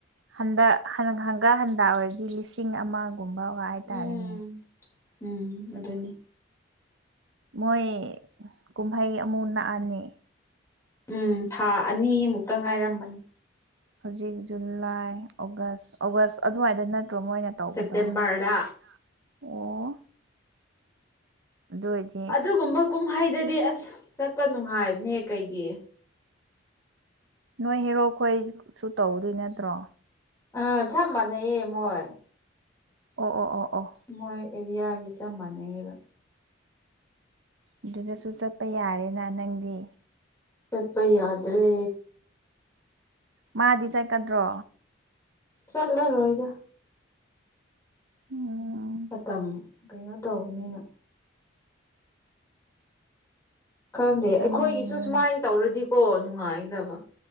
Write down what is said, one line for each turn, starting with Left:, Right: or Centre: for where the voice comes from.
Right: ꯍꯟꯗꯛ ꯍꯪꯒꯥ ꯍꯟꯗ ꯑꯣꯏꯔꯗꯤ ꯂꯤꯁꯤꯡ ꯑꯃꯒꯨꯝꯕ ꯋꯥ ꯍꯥꯏꯇꯥꯔꯦꯅꯦ
Left: ꯎꯝ ꯎꯝ ꯑꯗꯨꯗꯅꯤ
Right: ꯃꯣꯏ ꯀꯨꯝꯍꯩ ꯑꯃꯨ ꯂꯛꯑꯅꯤ
Left: ꯎꯝ ꯊꯥ ꯑꯅꯤꯃꯨꯛꯇ ꯉꯥꯏꯔꯝꯕꯅꯤ
Right: ꯍꯧꯖꯤꯛ ꯖꯨꯂꯥꯏ ꯑꯣꯒꯁ ꯑꯣꯒꯁ ꯑꯗꯨꯋꯥꯏꯗ ꯅꯠꯇ꯭ꯔꯣ ꯃꯣꯏꯅ ꯇꯧꯕꯗꯣ
Left: ꯁꯦꯞꯇꯦꯝꯕꯔꯗ
Right: ꯑꯣ ꯑꯗꯨꯖ
Left: ꯑꯗꯨꯒꯨꯝꯕ ꯀꯨꯝꯍꯩꯗꯗꯤ ꯑꯁ ꯆꯠꯄ ꯅꯨꯡꯉꯥꯏꯕꯅꯦꯍ ꯀꯩꯒꯤ
Right: ꯅꯣꯏ ꯍꯦꯔꯣꯛ ꯑꯩꯈꯣꯏ ꯁꯨ ꯇꯧꯗꯣꯏ ꯅꯠꯇ꯭ꯔꯣ
Left: ꯑ ꯆꯃꯅꯌꯦꯦꯝ ꯑꯣꯏꯣꯏ
Right: ꯑꯣ ꯑꯣ ꯑꯣ ꯑꯣ
Left: ꯃꯣꯏ ꯑꯦꯔꯤꯌꯥꯒꯤ ꯆꯞ ꯃꯥꯟꯅꯉꯦꯕ
Right: ꯑꯗꯨꯗꯁꯨ ꯆꯠꯄ ꯌꯥꯔꯦꯅ ꯅꯪꯗꯤ
Left: ꯁꯠꯄ ꯌꯥꯗ꯭ꯔꯦ
Right: ꯃꯥꯗꯤ ꯆꯠꯀꯗ꯭ꯔꯣ
Left: ꯆꯠꯂ ꯔꯣꯏꯗ
Right: ꯑꯣ
Left: ꯃꯇꯝ ꯀꯩꯅꯣ ꯇꯧꯕꯅꯤꯅ ꯈꯪꯗꯦ
Right: ꯈꯪꯗ꯭ꯔꯦꯅꯦ
Left: ꯑꯩꯈꯣꯏꯒꯤꯁꯨ ꯁꯨꯃꯥꯏꯅ ꯇꯧꯔꯗꯤꯀꯣ ꯅꯨꯡꯉꯥꯏꯗꯕ